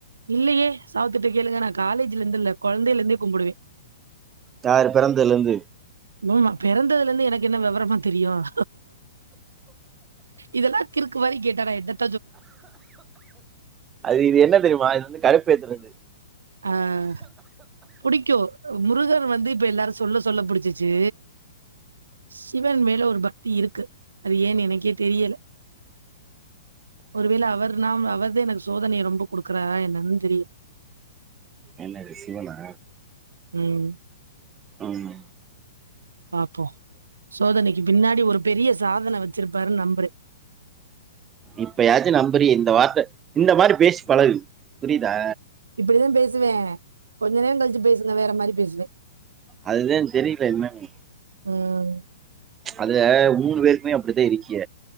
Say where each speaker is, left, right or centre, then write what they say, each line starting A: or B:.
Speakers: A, on the right; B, on the right.
A: இல்லையே சாவத்துகிட்ட கேளுங்க நான் காலேஜ்ல இருந்து இல்ல குழந்தையில இருந்தே கும்பிடுவேன்
B: யாரு பிறந்ததுல இருந்து
A: பூமா பிறந்ததுல இருந்து எனக்கு என்ன வெவரமா தெரியும் இதெல்லாம் கிருக்கு மாதிரி கேட்டே நான் என்னத
B: அது இது என்ன தெரியுமா இது கடுப்பேத்துறது
A: ஆஹ புடிக்கும் முருகர் வந்து இப்ப எல்லாரும் சொல்ல சொல்ல புடிச்சிச்சு சிவன் மேல ஒரு பக் க்தி இருக்கு அது ஏன் எனக்கே தெரியல ஒருவேளை அவர் நாம் அவர் இது எனக்கு சோதனை ரொம்ப குடுக்குறாற என்னன்னு தெரியு
B: என்னது சிவனா
A: ம்
B: ஆமா
A: பாப்போ சோதனைக்கு பின்னாடி ஒரு பெரிய சாதன வச் சிருப்பாரு நம்புறே
B: இப்ப யாச்சு நம்புறியே இந்த வார்த்த இந்த மாரி பேசி பழகு புரிதா
A: இப்டிதா பேசுவே கொஞ்சநேர கழிச்சி பேசுங்க வேற மாரி பேசு <unintelligible>
B: அதுத தெரியல என்னன்னு
A: உம்
B: அதுல மூணு பேருக்குமே அப்டித்தா இருக்கிய